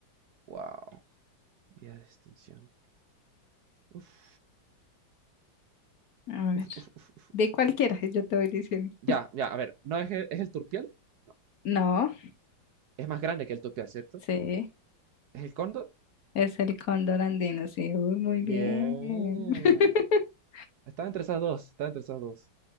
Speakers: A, on the right; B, on the left.
A: Wow, vía de extinción. Uf.
B: A
A: Uf,
B: ver.
A: uf, uf, uf,
B: De
A: uf.
B: cualquiera, yo te voy diciendo.
A: Ya, ya, a ver, ¿no es el, es el turpial? No,
B: No,
A: es más grande que el turpial, ¿cierto?
B: sí,
A: ¿Es el cóndor?
B: es el cóndor andino, sí. Uy, muy
A: Bien.
B: bien. <laughs>
A: Estaba entre esas dos, estaba entre esas dos.